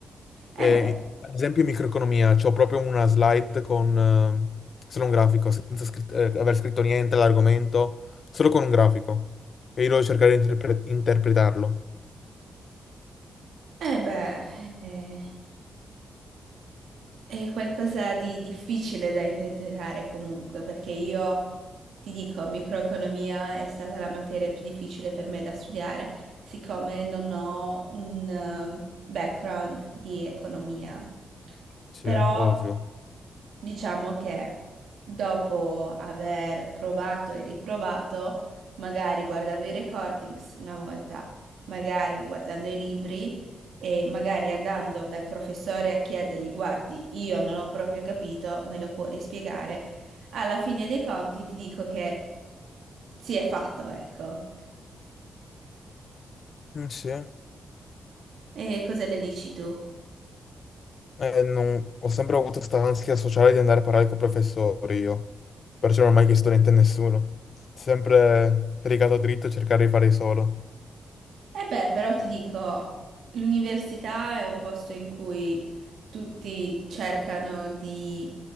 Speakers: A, on the right; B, on the left.
A: Eh
B: E,
A: beh,
B: ad esempio in microeconomia, c'ho proprio una slide con eh, solo un grafico, senza scritt- eh, aver scritto niente all'argomento, solo con un grafico. E io devo cercare di interpre- interpretarlo.
A: eh beh, eh. È qualcosa di difficile da impiantare comunque, perché io ti dico, microeconomia è stata la materia più difficile per me da studiare, siccome non ho un eh, background di economia.
B: Sì,
A: Però
B: ovvio.
A: Diciamo che dopo aver provato e riprovato, magari guardando i recordings una volta, magari guardando i libri e magari andando dal professore a chiedergli, guardi, io non ho proprio capito, me lo può rispiegare? Alla fine dei conti ti dico che si è fatto, ecco.
B: Mm, sì.
A: E cosa ne dici tu?
B: Eh, non- Ho sempre avuto questa ansia sociale di andare a parlare con i professori io, perciò non ho mai chiesto niente a nessuno. Sempre rigato dritto e cercare di fare solo.
A: Eh beh, però ti dico, l'università è un posto in cui tutti cercano di,